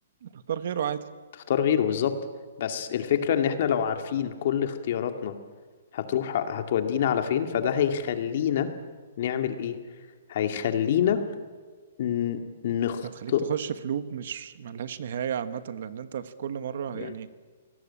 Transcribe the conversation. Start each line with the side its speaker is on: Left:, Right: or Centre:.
Right: تختار غيره عادي
Left: تختار غيره بالظبط بس الفكرة ان احنا لو عارفين كل اختياراتنا هتروح هتودينا على فين فده هيخلينا نعمل ايه هيخلينا ن- نخطئ
Right: هتخليك تخش في لوب مش ملهاش نهايه عامه لان انت في كل مره
Left: مم.
Right: يعني